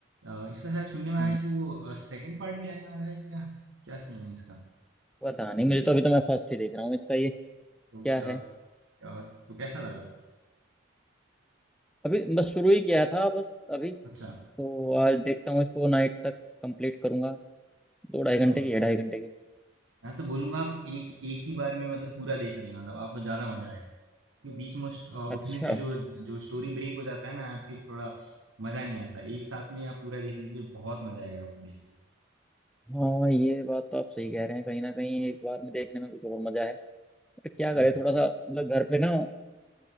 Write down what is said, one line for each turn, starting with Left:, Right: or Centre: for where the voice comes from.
Right: अ, इसका शायद सुनने में आ रहा
Centre: हम्म
Right: है कि वो सेकंड पार्ट भी आने वाला है क्या क्या सीन है इसका
Centre: पता नहीं मुझे तो अभी तो मैं फर्स्ट ही देख रहा हूँ इसका ये
Right: तो
Centre: क्या
Right: क्या,
Centre: है
Right: क्या तो कैसा लगा
Centre: अभी बस शुरू ही किया था बस अभी
Right: अच्छा
Centre: तो आज देखता हूँ इसको नाइट तक कंप्लीट करूंगा दो ढाई घंटे
Right: हाँ
Centre: की है ढाई घंटे की
Right: मैं तो बोलूंगा आप एक एक ही बार में मतलब पूरा देख लेना तब आपको ज्यादा मजा आएगा क्योंकि बीच में उस- अ,
Centre: अच्छा
Right: उठने से जो जो स्टोरी ब्रेक हो जाता है ना यार फिर थोड़ा मजा नहीं आता एक साथ में आप पूरा देख लीजिए बहुत मजा आएगा आपको देखने में
Centre: हाँ ये बात तो आप सही कह रहे हैं कहीं ना कहीं एक बार में देखने में कुछ और मजा है पर क्या
Right: हम्म।
Centre: करें थोड़ा सा मतलब घर पे ना